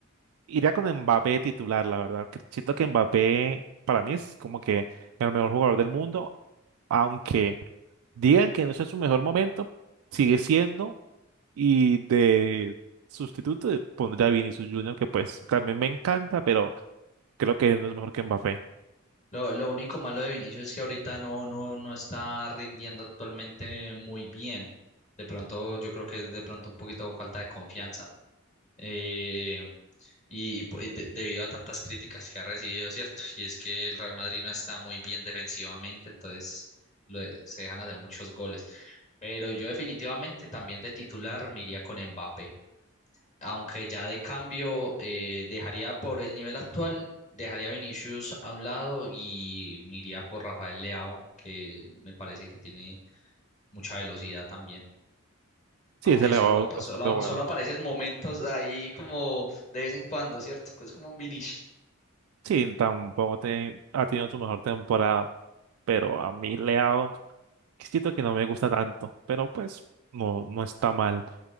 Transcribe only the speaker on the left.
Lo, lo único malo de Vinicius es que ahorita no, no, no está rindiendo actualmente muy bien. De pronto, yo creo que es de pronto un poquito falta de confianza. Eh, y, y po- y de- debido a tantas críticas que ha recibido, ¿cierto? <laughs> Y es que el Real Madrid no está muy bien defensivamente, entonces lo de- se dejan hacer muchos goles. Pero yo definitivamente también de titular me iría con Mbappé aunque ya de cambio eh, dejaría por el nivel actual, dejaría a Vinicius a un lado y me iría por Rafael Leao, que me parece que tiene mucha velocidad también.
Aunque
solo,
solo,
solo aparecen momentos ahí como de vez en cuando, ¿cierto? Es como un Vinicius.